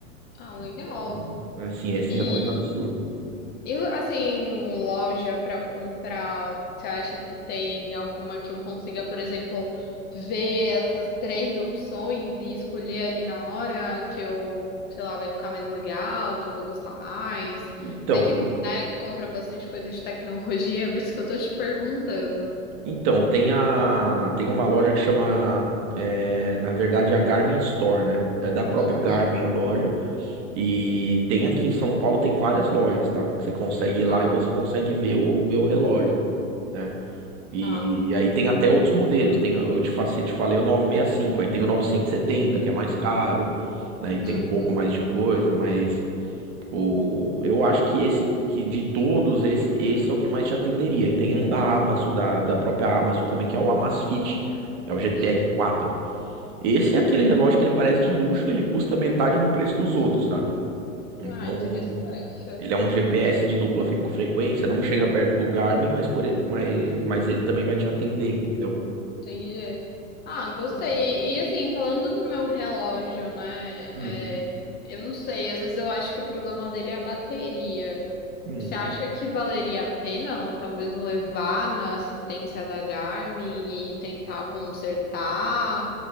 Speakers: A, on the left; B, on the right.
A: Ah, legal.
B: Então, assim, esse
A: E
B: relógio é um absurdo.
A: E assim, loja para comprar, você acha que tem alguma que eu consiga, por exemplo, ver essas três opções e escolher ali na hora que eu, sei lá, vai ficar mais legal, que eu vou gostar mais?
B: Então,
A: Sei que, né, compra bastante coisa de tecnologia, <laughs> por isso que eu tô te perguntando.
B: então tem a tem uma loja que chama é, na verdade é a Garmin Store, né? É da própria
A: Uhum,
B: Garmin a loja e tem aqui em São Paulo tem várias lojas, tá? Você consegue ir lá
A: tá,
B: e você consegue ver o ver o relógio. Né? E
A: tá.
B: aí tem até outros modelos. Tem, eu te, fa- te falei o 965, aí tem o 970, que é mais caro, né? E tem
A: Uhum,
B: um pouco mais de coisa, mas O, eu acho que esse que de todos, esse, esse é o que mais te atenderia. E tem um da Amazon, da, da própria Amazon também, que é o Amazfit, é o GTR4.
A: uhum.
B: Esse é aquele relógio que ele parece de luxo, ele custa metade do preço dos outros, sabe? Então,
A: Ah, interessante.
B: ele é um GPS de dupla fre- frequência, não chega perto do Garmin, mas, por, e- mas, mas ele também vai te atender, entendeu?
A: Entendi. Ah, gostei.
B: Então,
A: E assim, falando do meu relógio, né?
B: hum,
A: é, eu não sei, às vezes eu acho que o problema dele é a bateria.
B: hum.
A: Você acha que valeria a pena, talvez, levar na assistência da Garmin e tentar consertar?